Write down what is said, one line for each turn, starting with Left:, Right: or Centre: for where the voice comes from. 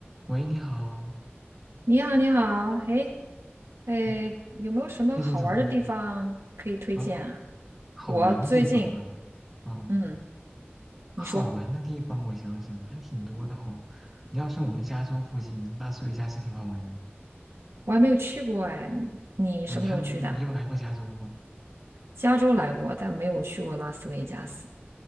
Centre: 喂，你好，
Right: 你好，你好，哎，哎，
Centre: 哎，
Right: 有没有什么好玩儿的地方可以推荐啊？
Centre: 最近怎么样啊？好玩的地方啊，
Right: 我最近，
Centre: 哦，
Right: 嗯，
Centre: 好玩的地方，
Right: 你说，
Centre: 我想想还挺多的吼。你要说我们加州附近，那所以加是挺好玩的
Right: 我还没有去过哎，你你什么时候去的？
Centre: 啊。你还没，你有来过加州吗？
Right: 加州来过，但没有去过拉斯维加斯。